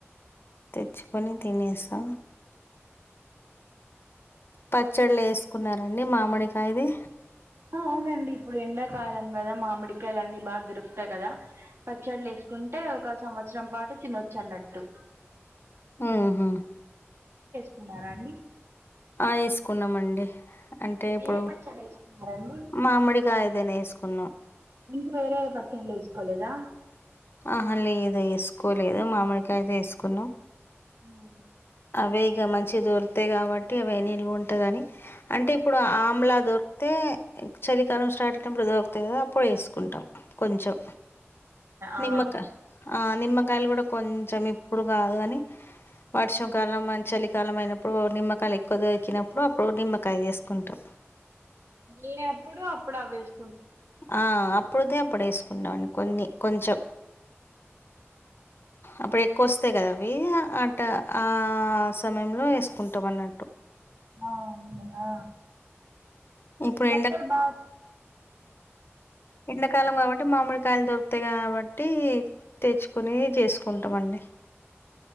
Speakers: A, on the left; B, on the right.
A: తెచ్చుకొని తినేస్తా పచ్చళ్ళేసుకున్నారండి మామిడికాయది
B: ఆ అవునండి ఇప్పుడు ఎండాకాలం కదా మామిడికాయలన్నీ బాగా దొరుకుతాయి కదా పచ్చళ్ళేసుకుంటే ఒక సంవత్సరం పాటు తినొచ్చన్నట్టు
A: మ్ హు
B: తిన్నారా అండి
A: వేసుకున్నామండి అంటే ఇప్పుడు
B: ఏ పచ్చడేసుకున్నారండి
A: మామిడికాయదేనే వేసుకున్నాం
B: ఇంక వేరే ప చ్చళ్ళేసుకోలేదా
A: ఆహా లేదు వేసుకోలేదు మామిడి కాయదేసుకున్నాం
B: ఆ
A: అవే ఇగ మంచి దొరితాయి కాబట్టి అవే నిల్వ ఉంటదని అంటే ఇప్పుడు ఆమ్లా దొర్ తే చలికాలం స్టార్ట్ అయినటప్పుడుదోరుతది కదా అప్పుడు వేసుకుంటాం కొంచెం
B: ఆ
A: నిమ్మకాయ్ ఆ నిమ్మకాయలు కూడా కొంచం ఇప్పుడు కాదు అని వర్ష కాలం మన్ చలికాలం అయిప్పుడు నిమ్మకాయలేక్కువ దొరికినప్పుడు అప్పుడు నిమ్మకాయ చేసుకుంటాం
B: ఏ ఎప్పుడో అప్పుడు అవ్వేస్
A: ఆ అప్పుడుదే అప్పుడేసుకున్నామని కొన్ని కొంచెం అప్పుడు కోస్తాయి కదా అవి అట ఆ సమయంలో వేసుకుంటాం అన్నట్టు
B: అవునా
A: ఇప్పుడు
B: పచ్చల్ బ
A: అ ఎండాకాలం కాబట్టి మామిడి కాయలు దొరుకుతాయి కాబట్టి తెచ్చుకోని చేసుకుంటామండి